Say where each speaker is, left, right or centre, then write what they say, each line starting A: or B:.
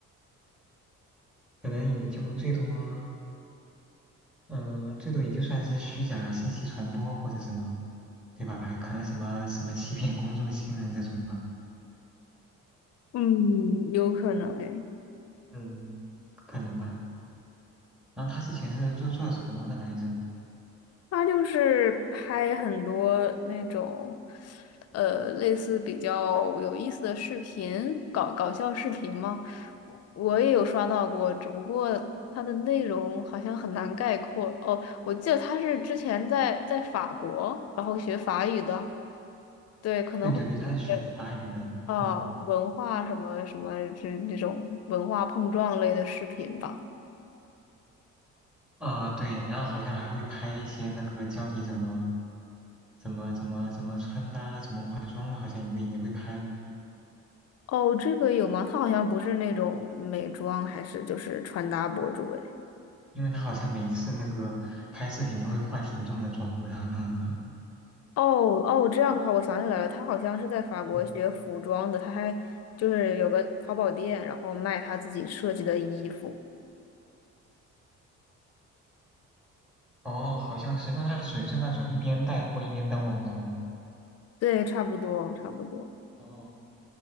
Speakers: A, in the centre; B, on the left (about 55°).
A: 可能也就最多，嗯、最多也就算是虚假信息传播或者什么，对吧？可能什么什么欺骗公众信任这种吧，
B: 嗯，有可能诶，
A: 嗯，可能吧。然后他之前是做做什么的来着？
B: 他就是拍很多那种，呃，类似比较有意思的视频，搞搞笑视频嘛。我我也有刷到过，只不过他的内容好像很难概括。哦，我记得他是之前在在法国，然后学法语的，对，可能会呃
A: 对对对，他是学法语的，
B: 啊，
A: 嗯，
B: 文化什么什么这这种文化碰撞类的视频吧。
A: 啊、对，然后好像还会拍一些那个教你怎么怎么怎么怎么穿搭、怎么化妆的，好像也会也会拍吗？
B: 哦，这个有吗？他好像不是那种美妆，还是就是穿搭博主哎。
A: 因为他好像每次那个拍视频都会化挺重的妆的。<laughs>
B: 哦哦，这样的话，我想起来了，他好像是在法国学服装的，
A: 嗯，
B: 他还就是有个淘宝店，然后卖他自己设计的衣服。
A: 哦，好像是，那他属于是那种一边带货一边当网红。
B: 对，差不多，差不多。
A: 哦，